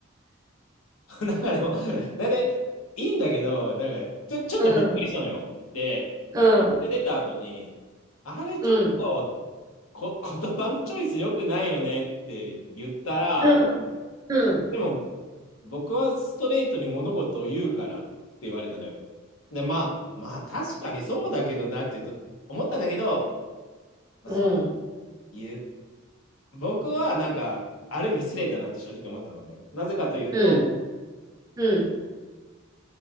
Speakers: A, on the left; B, on the right.
A: <laughs> なんかでも、だね、いいんだけど、なんかちょ、ちょっとびっくりしたのよ。
B: うん。
A: で、
B: うん。うん。
A: で出た後に、あれちょっと
B: うん。
A: こ、言葉のチョイス良くないよねって言ったら、
B: うんうん。
A: でも、僕はストレートに物事を言うからって言われたのよ。で、まあ、まあ確かにそうだけどなって言うと思ったんだけど、まあ、
B: うん。
A: その言う僕はなんか、ある意味失礼だなって正直思ったのね。なぜかというと、
B: うん。うん。